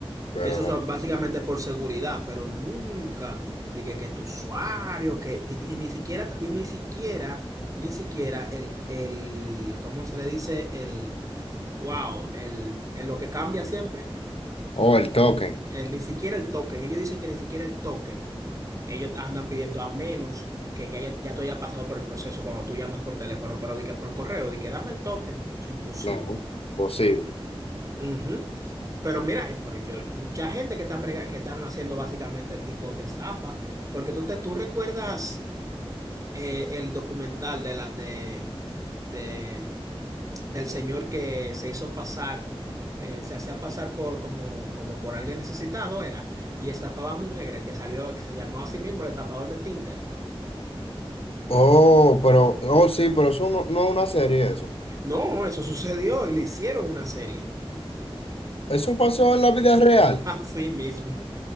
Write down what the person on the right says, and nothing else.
Que eso
es básicamente por seguridad, pero nunca de que, que tu usuario, que, de que- y ni siquiera, y ni siquiera, ni siquiera el, el, ¿cómo se le dice? Wow, el, el lo que cambia siempre,
el, ni siquiera el token. Ellos dicen que ni siquiera el token. Ellos andan pidiendo a menos que ya, ya, ya tú hayas pasado por el proceso cuando tú llamas por teléfono, pero di que por correo, di que dame el token. Es imposible.
Ujú. Pero mira, eh, pero yo, mucha gente que están, brega- que están haciendo básicamente tipos de estafa, porque tú, te, tú recuerdas eh, el documental de la de, de del señor que se hizo pasar, eh, se hacía pasar por como, como por alguien necesitado era, y estafaba a mujeres que salió, que se llamaba a sí mismo el estafador de Tinder.
No, eso sucedió y le hicieron una serie.
<laughs> Así mismo.